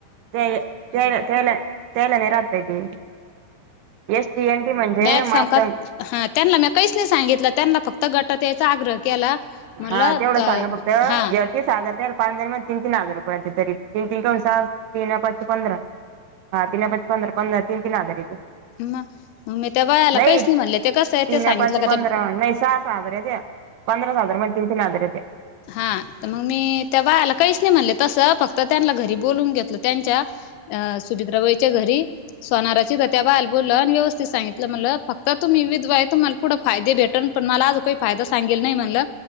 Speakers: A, on the right; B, on the left.
A: ते त्यायला त्यायला त्यायला नाही राहत बाई <unintelligible> एस टी एन टी म्हणजे
B: बॅट सांगकात
A: मात
B: हा त्यांला म्या काहीच नाही सांगितलं त्यांला फक्त गटात यायचा आग्रह केला म्हणलं
A: हा तेवढं
B: अ
A: सांगा फक्त <unintelligible>
B: हा
A: तीस हजार त्याला पाच जणीमध्ये तीन तीन हजार रुपये येत्या तरी तीन तीन दुन सहा तीन पाचे पंधरा हा तिना पाचे पंधरा पण ना तीन तीन हजार येतील.
B: मग मी त्या बायाला
A: नाही
B: काहीच म्हणले ते कसं आहे
A: तीना
B: ते सांगितलं
A: पाचे पंधरा
B: का ते
A: नाही सहा सहा हजार येत्याय. पंधराच हजारमध्ये तीन तीन हजार येत्या.
B: हा तर मग मी त्या बायाला काहीच नाही म्हणले तसं फक्त त्यांना घरी बोलून घेतलं त्यांच्या अ सुभित्राबाईच्या घरी सोनारच्या इद त्या बायाला बोललं आणि व्यवस्थित सांगितलं म्हणलं फक्त तुम्ही विधवाये तुम्हाला पुढं फायदे भेटल पण मला आजून काही फायदा सांगेल नाही म्हणलं